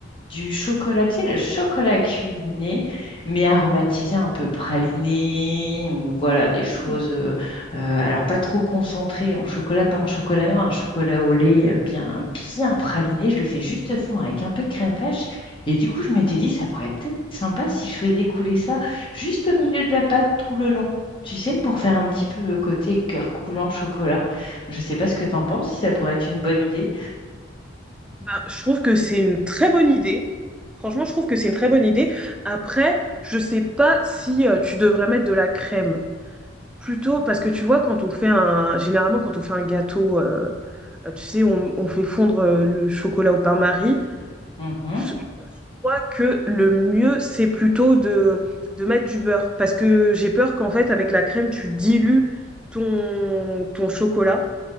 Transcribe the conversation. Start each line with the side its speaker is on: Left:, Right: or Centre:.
Left: du chocolat, tu sais, le chocolat cuisiné, mais aromatisé un peu praliné, ou voilà, des
Centre: Mm.
Left: choses, euh, euh, alors pas trop concentrées en chocolat, pas un chocolat noir, un chocolat au lait euh, bien, bien praliné. Je le fais juste fondre avec un peu de crème fraîche. Et du coup, je m'étais dit, ça pourrait peut-être être sympa si je faisais couler ça juste au milieu de la pâte tout le long, tu sais, pour faire un petit peu le côté cœur coulant chocolat. Je sais pas ce que t'en penses, si ça pourrait être une bonne idée.
Centre: Ben, je trouve que c'est une très bonne idée. Franchement, je trouve que c'est une très bonne idée. Après, je sais pas si euh, tu devrais mettre de la crème. Plutôt, parce que tu vois, quand on fait un, généralement, quand on fait un gâteau, euh, euh, tu sais, on, on fait fondre euh, le chocolat au bain-marie.
Left: Mhm.
Centre: Je crois que le mieux, c'est plutôt de, de mettre du beurre. Parce que j'ai peur qu'en fait, avec la crème, tu dilues ton, ton chocolat.